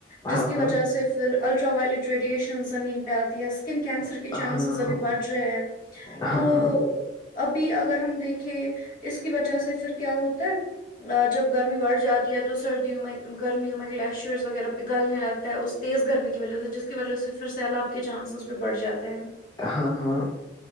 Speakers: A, on the left; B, on the left.
A: ہاں
B: جس کی وجہ
A: ہاں
B: سے پھر الٹرا وائلیٹ ریڈیشن زمین پہ آتی ہے اسکن کینسر
A: ہاں
B: کی چانسز
A: ہاں
B: ابھی بڑھ رہے ہیں
A: ہاں
B: تو
A: ہاں
B: ابھی اگر ہم دیکھیں اس کی وجہ سے پھر کیا ہوتا ہے جب گرمی بڑھ جاتی ہے تو سردیوں میں گرمیوں میں گلیشیئرز وغیرہ گلنے لگتا ہے اس تیز گرمی کی وجہ سے جس کی وجہ سے پھر سیلاب کے چانسز بھی بڑھ جاتے ہیں
A: ہاں ہاں